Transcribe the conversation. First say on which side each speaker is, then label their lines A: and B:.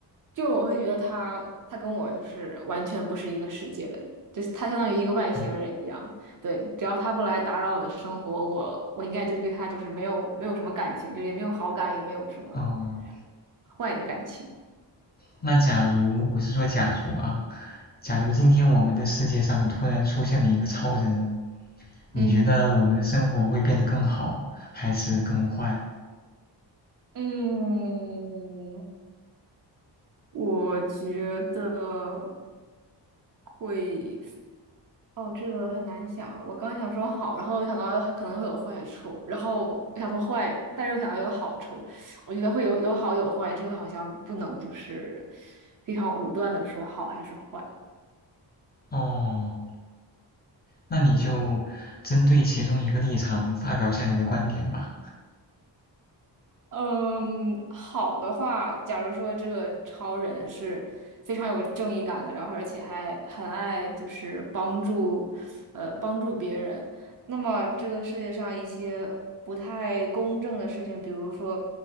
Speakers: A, on the right; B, on the left.
A: 就我会觉得他，他跟我就是完全不是一个世界的人就是他相当于一个外星人一样。
B: 嗯，
A: 对，只要他不来打扰我的生活，我我应该就是对他就是没有没有什么感情，就也没有好感，也没有什么
B: 哦，
A: 坏的感情。
B: 那假如我是说假如啊，假如今天我们的世界上突然出现了一个超人，你觉得我们的生活会变得更好还是更坏？
A: 嗯嗯，我觉得会，哦，这个很难想。我刚想说好，然后我想到它可能会有坏处，然后我想说坏，但是又想到有好处。我觉得会有有好有坏，这个好像不能就是非常武断的说好还是坏。
B: 哦，那你就针对其中一个立场发表一下你的观点吧。
A: 嗯，好的话，假如说这个超人是非常有正义感的，然后而且还很爱就是帮助，呃，帮助别人，那么这个世界上一些不太公正的事情，比如说，